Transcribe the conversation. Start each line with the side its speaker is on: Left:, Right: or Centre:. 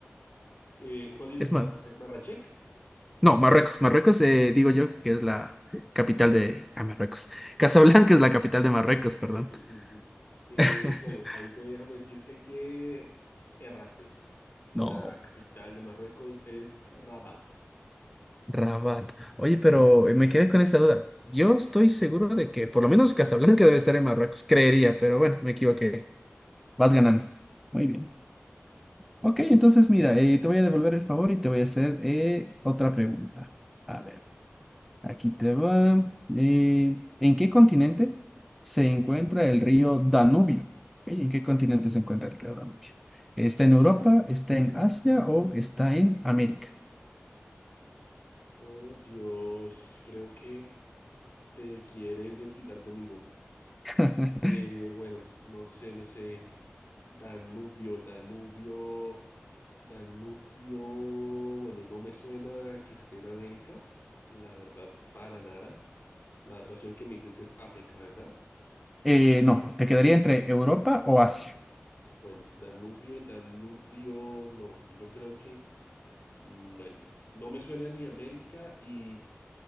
Left: Eh, ¿cuál dices
Centre: Es
Left: tú?
Centre: malo.
Left: ¿Mar- ¿Marrakech?
Centre: No, Marruecos. Marruecos, eh, digo yo, que es la capital de... Ah, Marruecos. Casablanca es la capital de Marruecos, perdón.
Left: Yo, Sí, sí, sí. Eh,
Centre: <laughs>
Left: bueno, ahí te déjame decirte que erraste.
Centre: No,
Left: La capital de Marruecos es Rabat.
Centre: Rabat. Oye, pero eh, me quedé con esta duda. Yo estoy seguro de que por lo menos Casablanca debe estar en Marruecos, creería, pero bueno, me equivoqué. Vas ganando. Muy bien. Ok, entonces mira, eh, te voy a devolver el favor y te voy a hacer eh, otra pregunta. A ver. Aquí te va. Eh, ¿en qué continente se encuentra el río Danubio? Ok, ¿En qué continente se encuentra el río Danubio? ¿Está en Europa, está en Asia o está en América?
Left: Oh, Dios, creo que te quieres desquitar conmigo.
Centre: <laughs>
Left: Eh, bueno, no sé, no sé. Danubio, Danubio, Danubio. Bueno, no me suena que esté en América, la verdad, para nada. La otra opción que me dices es África, ¿verdad?
Centre: Eh, no, te quedaría entre Europa o Asia.
Left: Bueno, Danubio, Danubio, no. Yo creo que, mm, bueno, no me suena ni América y